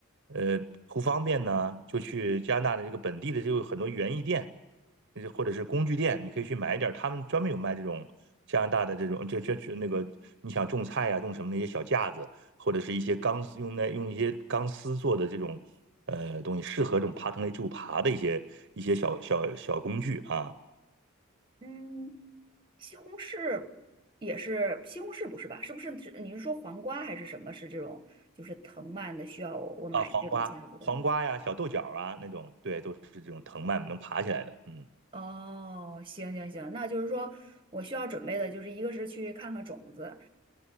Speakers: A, on the right; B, on the right.
A: 呃，图方便呢，就去加拿大的这个本地的就有很多园艺店，呃或者是工具店，你可以去买一点儿，他们专门有卖这种加拿大的这种，就就就那个你想种菜呀、种什么那些小架子，或者是一些钢丝用那用一些钢丝做的这种呃东西，适合这种爬藤类植物爬的一些一些小小小工具啊
B: 嗯，西红柿也是西红柿不是吧？是不是指你是说黄瓜还是什么？是这种就是藤蔓的，需要我我买的这种架子的？
A: 啊，黄瓜、黄瓜呀、小豆角啊那种，对，都是这种藤蔓能爬起来的，嗯，
B: 哦，行行行，那就是说我需要准备的就是一个是去看看种子，